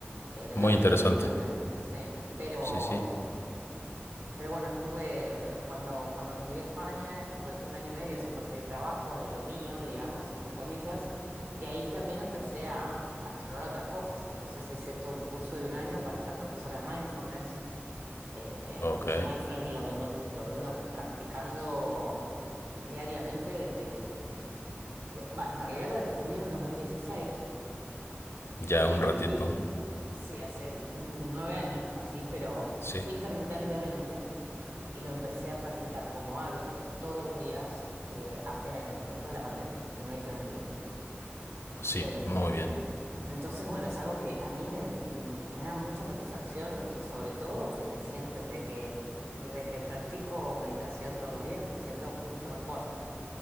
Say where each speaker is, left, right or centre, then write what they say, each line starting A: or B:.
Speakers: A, on the right (about 65°); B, on the left (about 70°).
A: eh, del
B: Muy
A: arte
B: interesante.
A: y la cultura, sí. Pero,
B: Sí, sí.
A: pero bueno, estuve, eh, cuando, cuando migré a España, estuve un año y medio sin conseguir trabajo de lo mío, digamos, entre comillas, y ahí también empecé a, a explorar otras cosas. Entonces hice todo un curso de un año para ser profesora de mindfulness. Eh,
B: Ok.
A: yo mindfulness lo vengo, lo vengo practicando diariamente desde el... de- va, en realidad lo descubrí en el 2016
B: Ya
A: y fui
B: un ratito.
A: ahí, y- sí, hace mm, nueve años casi, pero
B: Sí,
A: fui intermitentemente y lo empecé a practicar como hábito todos los días eh, a- eh, después de la pandemia, en el 2021
B: sí,
A: eh,
B: muy bien.
A: en- entonces, bueno, es algo que a mí me, me genera mucha satisfacción y sobre todo que me siento desde que, desde que practico meditación todos los días, me siento mucho mejor,